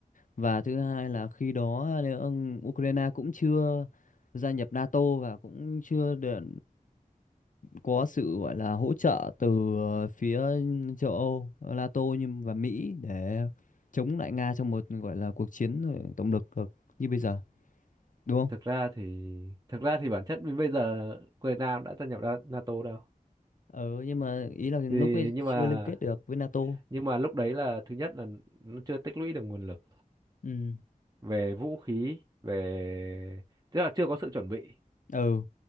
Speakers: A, on the left; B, on the right.
A: Và thứ hai là khi đó nếu ông- Ukraine cũng chưa gia nhập NATO và cũng chưa được có sự gọi là hỗ trợ từ ờ, phía châu Âu, ờ, NATO nhưng và Mỹ để chống lại Nga trong một gọi là cuộc chiến ờ, tổng lực được như bây giờ, đúng không?
B: thực ra thì thực ra thì bản chất đến bây giờ Ukraine cũng đã gia nhập Na- NATO đâu
A: Ừ, nhưng mà ý là lúc
B: thì
A: ấy
B: nhưng
A: chưa
B: mà
A: liên kết được với NATO.
B: nhưng mà lúc đấy là thứ nhất là nó chưa tích lũy được nguồn lực
A: Ừ.
B: về vũ khí về tức là chưa có sự chuẩn bị
A: Ừ.